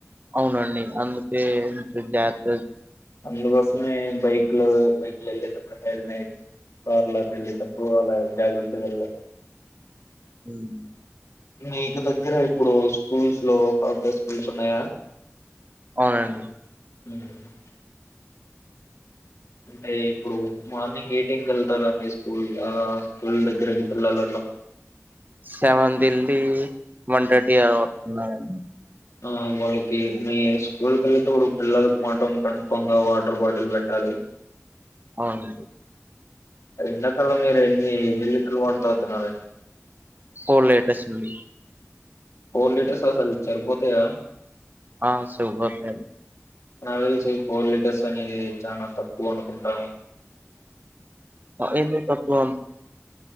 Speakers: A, on the right; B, on the left.
A: అవునండి అందుకే జాత
B: అందుకోసమే బైక్ లో బైక్లు వెళ్ళేటప్పుడు హెల్మట్ వార్లాట వెళ్లిటప్పుూవాల జాగ్రత్తగాల
A: హ్మ్.
B: మీకు దగ్గర ఇప్పుడు స్కూల్స్ లో హార్డ్ డెస్క్ వీల్స్ ఉన్నాయా?
A: అవునండి.
B: <unintelligible> అంటే ఇప్పుడు మార్నింగ్ ఏ టైంకి వెళ్తారండి. స్కూల్ ఆ స్కూల్ దగ్గరకి పిల్లలల్లా
A: సెవెంత్ ఎల్లీ వన్ థర్టీ అలా అత్తున్నారండి.
B: ఆ వాళ్ళకి మీ స్కూల్కి వెళ్ళేటప్పుడు పిల్లలలకు మాటం కనీతంద వాటర్ బాటిల్ పెట్టాలి
A: అవునండి
B: అది ఎండాకలామ్ గదా ఎన్ని ఎన్ని లీటర్లు వాటలు తావుతున్నారండి.
A: ఫోర్ లేటెస్ అండి.
B: ఓ లీటర్స్ అసలు చరిపోతాయా?
A: ఆ సగోతాయి.
B: నాకి తెలిసి పోర్ లీటర్స్ అనేది చానా తక్కువ అనుకుంటాము.
A: ఆహ ఎందుకు తక్కువ మ్